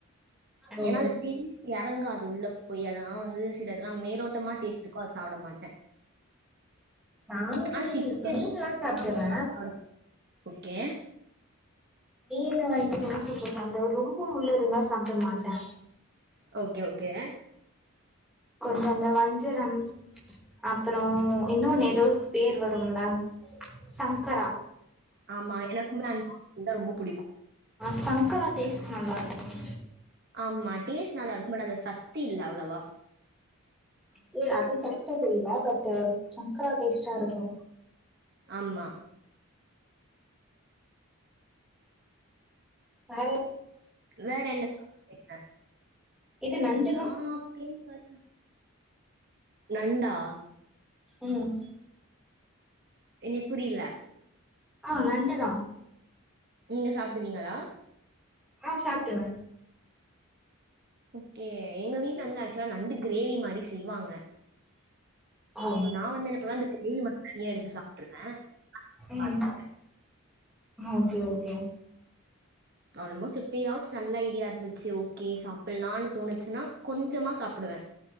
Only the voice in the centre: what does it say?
ஓ
நானு மீன்
மீன்லா
சாப்டுவே
மீன்ல வந்து என்ன சொல்றது அந்த ரொம்ப முள்ளிருந்தா சாப்ட மாட்ட
கொஞ்சோ அந்த வஞ்சரம் அப்புறோ இன்னொன்னு
எதோ பேர் வரும்ல சங்கரா
ஆ சங்கரா டேஸ்ட்டு நல்லா இருக்கும்
பேர் அது கரெக்ட்டா தெரில பட்டு சங்கரா டேஸ்ட்டா இருக்கு
வேறெ
இது நண்டுலா
ம்
ஆ நண்டதா
ஆ சாப்டுவ
ஓ
ம்
ஓகே ஓகே